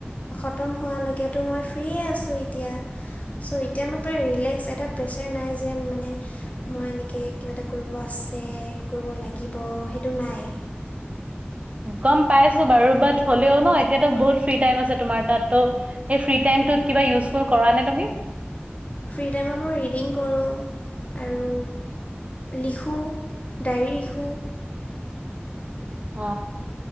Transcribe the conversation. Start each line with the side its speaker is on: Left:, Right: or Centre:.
Left: খতম হোৱালৈকেতো মই ফ্ৰে আছোঁ এতিয়া। ছ' এতিয়া মোৰ প্ৰায় ৰিলেক্স এটা প্ৰেছাৰ নাই যে মানে মই এনেকৈ কিবা এটা কৰিব আছে কৰিব লাগিব সেইটো নাই।
Right: গ'ম পাইছো বাৰু বাট হ'লেও ন এতিয়াতো বহুত ফ্ৰী টাইম আছে তোমাৰ তাত ত- সেই ফ্ৰী টাইম টোত কিবা ইউজফুল কৰা নে তুমি?
Left: ফ্ৰী টাইমত মই ৰিডিং কৰোঁ আৰু লিখোঁ ডায়েৰী লিখোঁ
Right: অ